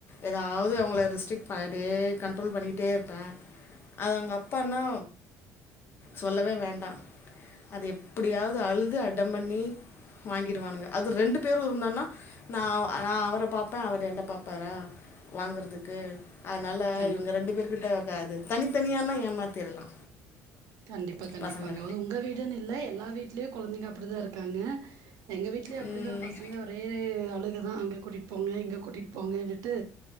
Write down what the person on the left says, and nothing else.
ஏதாவது அவங்கள ஸ் ட்டிக் பண்ணிட்டே கண்ட்ரேல் பண்ணிட்டே இருப்பே அது அவங்க அப்பானா சொல்லவே வேண்டா அது எப்டியாவது அழுது அட்டம் பண்ணி வாங்கிடுவானுங்க அது ரெண்டு பேரு இருந்தோன்னா நா அவ நா அவர பாப்பே அவரு என்ன பாப் பாரா வாங்கறதுக்கு அதனால
இவங்க ரெண்டு பேரு கிட்ட இருக்காது தனித்தனியானா ஏமாத்திரலா
பசங்க
ம்